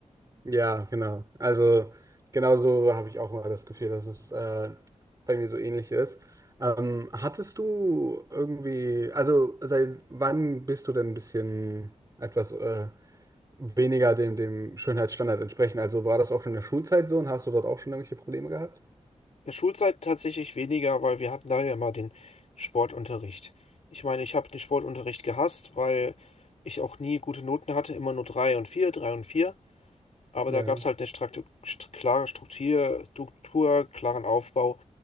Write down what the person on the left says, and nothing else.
In der Schulzeit tatsächlich weniger, weil wir hatten da ja mal den Sportunterricht. Ich meine, ich habe den Sportunterricht gehasst, weil ich auch nie gute Noten hatte, immer nur drei und vier, drei und vier. Aber
da gab es halt eine Straktu st klare Struktur, Struktur, klaren Aufbau